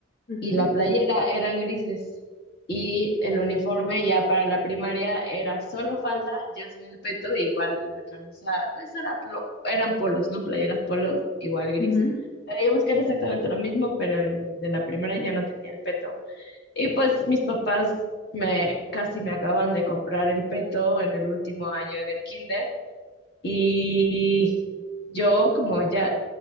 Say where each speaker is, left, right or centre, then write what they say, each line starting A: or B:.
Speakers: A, on the left (about 70°); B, on the left (about 50°).
A: Ujú,
B: y la playera eran grises y
A: ya.
B: el uniforme ya para la primaria era solo falda, ya sin el peto, e igual la camisa, pues era plo- eran polos, ¿no? Playeras polos, igual gris.
A: ujú.
B: Sabíamos que era exactamente lo mismo, pero el de la primera ya no tenía el peto. Y pues mis papás me casi me acaban de comprar el peto en el último año del kinder. Y yo como ya,